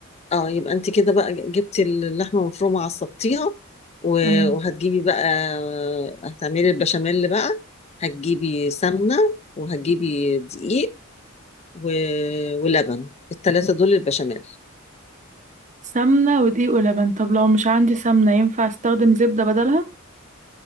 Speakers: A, on the left; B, on the right.
A: اه يبقى انت كده بقى جبتي اللحمه المفرومه عصبتيها و-
B: مم.
A: وهتجيبي بقى هتعملي البشاميل بقى هتجيبي سمنه وهتجيبي دقيق و... ولبن الثلاثه دول البشاميل
B: سمنة ودقيق ولبن طب لو مش عندي سمنة ينفع استخدم زبدة بدلها